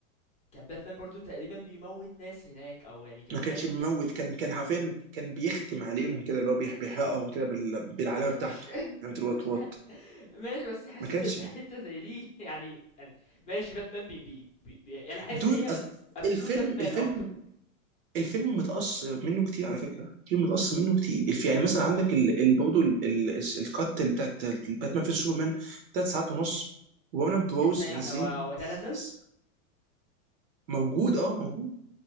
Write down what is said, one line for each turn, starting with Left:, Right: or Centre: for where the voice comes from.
Left: كان باتمان برضو تقريبا بيموت ناس هناك او يعني كان
Right: ما
Left: فاهم
Right: كانش بيموت
Left: كان في
Right: كان كان حرفيا كان بيختم عليهم كده اللي هو بيح- بيحرقهم كده بال- بالعلامه بتاعته
Left: مش <laughs>
Right: علامه الوات
Left: مش
Right: وات
Left: ه- ماشي بس حاسس
Right: ما كانش
Left: ان حتة زي دي <laughs> يعني يعني ماشي باتمان بي بي, بي, بي يعني حاسس
Right: دود
Left: ان هي
Right: أص-
Left: ابسولوت
Right: الفيلم
Left: باتمان
Right: الفيلم
Left: اكتر
Right: الفيلم متقص منه كتير على فكره الفيلم متقص منه كتير الف- يعني مثلا عندك ال... ال... برضه ال... ال... الكات اللي بتاعت باتمان في سوبرمان ثلاث ساعات ونص وانا بروز
Left: ازاي
Right: منزلين
Left: احنا و- وده
Right: س-
Left: نزل
Right: س- موجود اه موجود